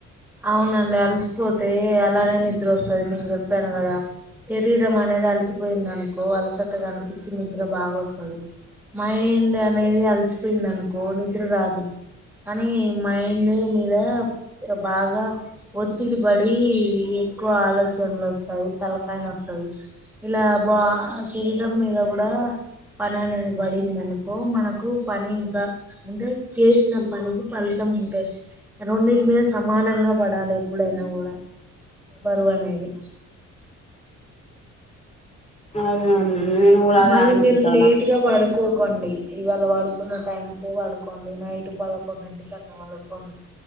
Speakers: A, in the centre; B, on the left.
A: అవునండి అలసిపోతే అలానే ని నిద్ర వస్తది నేను చెప్పాను కదా శరీరం అనేది అలిసిపోయిందనుకో అలస గనిపిచ్చి నిద్ర బాగ ఒస్తది మైండ్ అనేది అల్సిపోయింది అనుకో నిద్ర రాదు అనీ మైండ్ మీద చె బాగా ఒత్తిడి పడీ ఎక్కువ ఆలోచనలు ఒస్తవ్ తలకాయ నొస్తది ఇలా బా శరీరామ్ మీద గుడా పని అనేది బడింద అనుకో మనకు పని ఇంకా అంటే చేసిన పనికి ఫలితం అం ఉంటది రెండుటి మీద సమానంగా బడాలే ఎప్పుడైనా గూడా బరువనేేది
B: అదే నేను కూడా అదే
A: మళ్ళి
B: అనుకుంటానా
A: మీరు లేటుగ బడుకో కోండి ఇవాళ వడుకున్న టైంకే వడుకోండి నైట్ పదకొండింటికి అట్లా వడుకోండి